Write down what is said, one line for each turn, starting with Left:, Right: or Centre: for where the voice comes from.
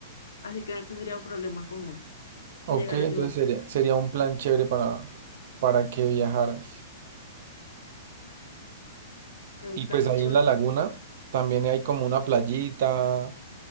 Left: así que no tendría problema con
Right: Ok,
Left: que llegara
Right: entonces
Left: a llover.
Right: sería, sería un plan chévere para, para que viajaras.
Left: Me gusta
Right: Y pues
Left: mucho.
Right: ahí en la laguna también hay como una playita,